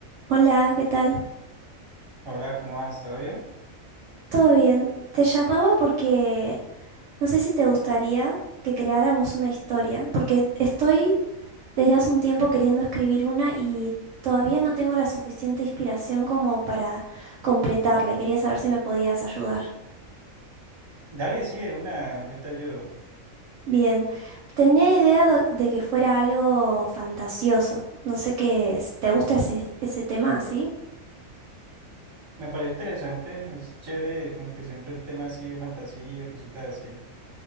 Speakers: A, on the right; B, on the right.
A: Hola, ¿qué tal?
B: Hola, ¿cómo vas? ¿Todo bien?
A: ¿Todo bien? Te llamaba porque no sé si te gustaría que creáramos una historia, porque estoy desde hace un tiempo queriendo escribir una y todavía no tengo la suficiente inspiración como para completarla y quería saber si me podías ayudar.
B: Dale, sí, de una, yo te ayudo.
A: Bien, tenía idea do- de que fuera algo fantasioso. No sé qué es- te gusta ese, ese tema, ¿sí?
B: Me parece interesante, es chévere, como que siempre el tema así de fantasía, cositas así.